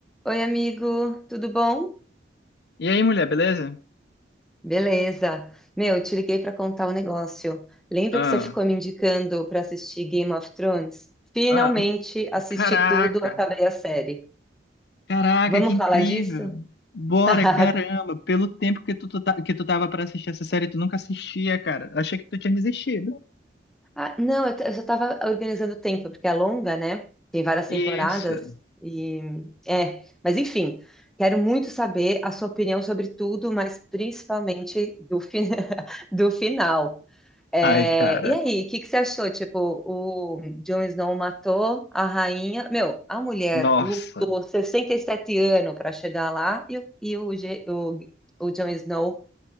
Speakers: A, in the centre; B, on the left.
A: Oi, amigo, tudo bom?
B: E aí, mulher, beleza?
A: Beleza. Meu, te liguei para contar um negócio. Lembra
B: Ah,
A: que você ficou me indicando para assistir Game of Thrones? Finalmente
B: ah, um-
A: assisti
B: caraca,
A: tudo, acabei a série.
B: caraca,
A: Vamos
B: que incrível.
A: falar disso?
B: Bora,
A: <laughs>
B: caramba, pelo tempo que tu, tu tá- que tu tava pra assistir essa série, tu nunca assistia, cara. Achei que tu tinha desistido.
A: Ah, não, eu, t- eu só estava organizando o tempo, porque é longa, né? Tem várias
B: Isso.
A: temporadas e é, mas enfim, quero muito saber a sua opinião sobre tudo, mas principalmente do, fi- <laughs> do final. É,
B: Ai, cara,
A: e aí, o que que você achou? Tipo, o Jon Snow matou a rainha. Meu, a mulher
B: nossa,
A: lutou 67 anos para chegar lá e, o, e o, Ge- o, o Jon Snow